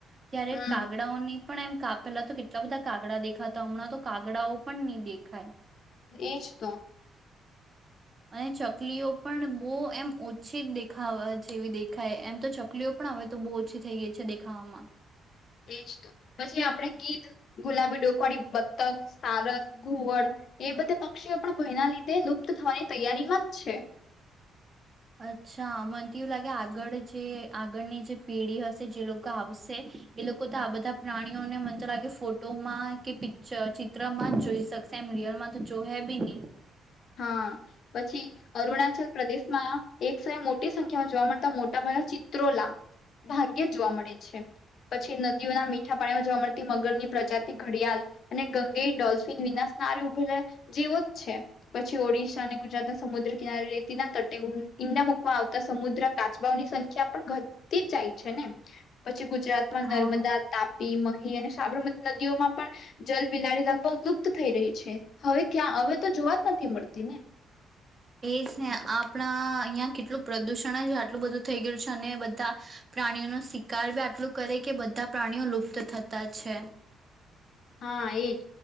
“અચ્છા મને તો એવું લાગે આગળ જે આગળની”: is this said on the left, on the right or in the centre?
Right